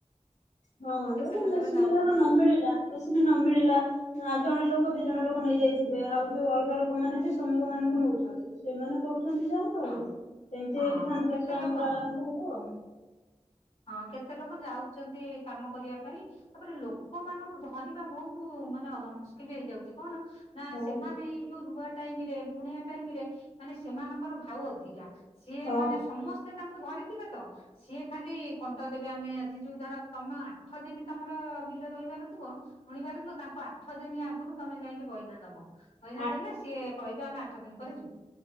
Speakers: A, on the left (about 85°); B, on the left (about 50°).
A: ହଁ
B: ଲୋକ
A: ଯୋଉଠି
B: କେତେ କ୍ଷେତ୍ରରେ
A: ମେସିନ
B: ଯାଉଛନ୍ତି।
A: ଧର ନ ମିଳିଲା ମେସିନ ନ ମିଳିଲା। ଆ ଜଣେ ଲୋ କ ଦି ଜଣ ଲୋକ ନେଇ ଯାଇଥିବେ। ଆଉ ଯୋଉ ଅଲଗା ଲୋକମାନେ ବି ଶ୍ରମିକ ମାନଙ୍କୁ ନଉଛନ୍ତି ସେମାନେ କରୁ ଚନ୍ତି ଯାହା। ଆଉ
B: ହଁ
A: ସେମିତି
B: ହଁ
A: ହେଇକି ଧାନ
B: ହଁ
A: ଚାଷ
B: କେତେ
A: ଆମର
B: ଲୋକ
A: ଆରମ୍ଭ ହବ।
B: ହଁ କେତେ ଲୋକ ଯାଉଛନ୍ତି କାମ କରିବା ପାଇଁ। ତାପରେ ଲୋକମାନଙ୍କୁ ଧରିବା ବହୁତ ମାନେ ମୁସ୍କିଲ ହେଇଯାଉଛି। କଣ? ନା
A: ହଁ
B: ସେମାନେ ଏଇ ଯୋଉ ରୁଆ ଟାଇମ ରେ ବୁଣିବା ଟାଇମ ରେ ମାନେ ସେମାନଙ୍କର ଭାଉ ଅଧିକା। ସିଏ
A: ହଁ
B: ମାନେ ସମସ୍ତେ। ତାଙ୍କୁ ଧରିଥିବେ ତ ସିଏ ଖାଲି କଣ୍ଟ ଦେବେ। ଆମେ ଆଜି ଯୋଉ ଧର ତମେ ଆଠ ଦିନ ତମର ବିଲ ରଇବାର ଥିବ ବୁଣିବାର ଥିବ। ତାଙ୍କୁ ଆଠ ଦିନ ଆଗରୁ ତମେ ଯାଇକି ବଇନା ଦବ। ବଇନା
A: ଆ
B: ଦେଲେ ସିଏ କହିବେ ଆମେ ଆଠ ଦିନ ପରେ ଯିବୁ।